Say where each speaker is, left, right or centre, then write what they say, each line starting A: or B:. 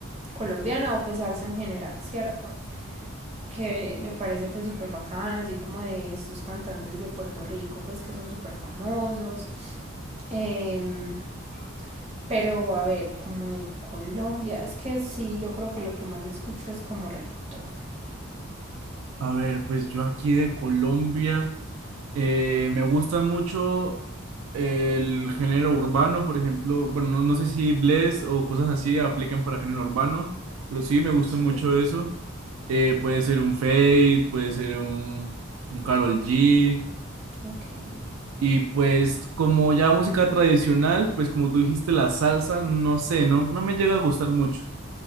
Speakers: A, on the right; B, on the right.
A: colombiana o pues salsa en general, ¿cierto? Que me parece pues súper bacana, así como de estos cantantes de Puerto Rico pues que son súper famosos. Eh, pero a ver, como de Colombia, es que sí, yo creo que lo que más escucho es como reggaetón.
B: A ver, pues yo aquí de Colombia. Eh, me gusta mucho el género urbano, por ejemplo. Bueno, no, no sé si Bless o cosas así aplican para género urbano, pero sí me gusta
A: Sí.
B: mucho eso. Eh, puede ser un Fade, puede ser un, un Karol G.
A: Ok.
B: Y pues como ya música tradicional, pues como tú dijiste, la salsa, no sé, no, no me llega a gustar mucho.